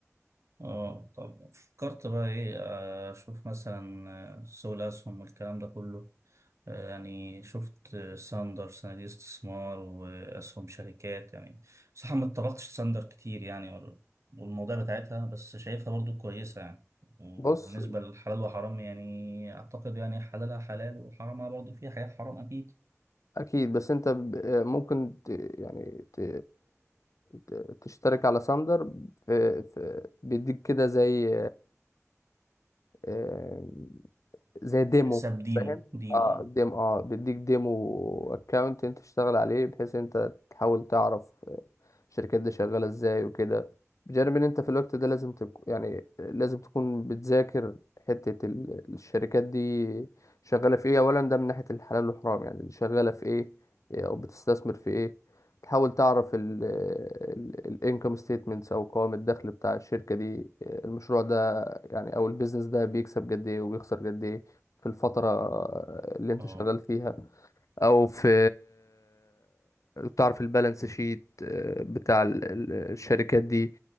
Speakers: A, on the right; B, on the left.
A: اه طب فكرت بقى ايه آه، اشوف مثلا آه، سوق الاسهم والكلام ده كله آه، يعني شفت آه، ساندر صناديق استثمار واسهم شركات يعني صح ما اتطرقتش ساندر كتير يعني وال- والمواضيع بتاعتها بس شايفها برضو كويسة يعني وبالنسبة
B: بص
A: للحلال وحرام يعني اعتقد يعني حلالها حلال وحرامها برضو فيها حاجات حرام اكيد
B: اكيد بس انت ب- آه، ممكن ت... يعني ت... ت- تشترك على ساندر في... في... بيديك كده زي آه، زي ديمو
A: حساب ديمو
B: فاهم
A: ديمو
B: اه
A: اه
B: ديم اه بيديك ديمو اكونت انت تشتغل عليه بحيث انت تحاول تعرف الشركات دي شغالة ازاي وكده بجانب ان انت في الوقت ده لازم تك... يعني لازم تكون بتذاكر حتة ال- الشركات دي شغالة في ايه اولا ده من ناحية الحلال والحرام يعني اللي شغالة في ايه او بتستثمر في ايه تحاول تعرف الانكم ستيتمنتس او قوائم الدخل بتاع الشركة دي المشروع ده يعني او البيزنس ده بيكسب قد ايه وبيخسر قد ايه في الفترة اللي انت
A: اه
B: شغال فيها او في تعرف البالانس شيت آه، بتاع ال- ال- الشركات دي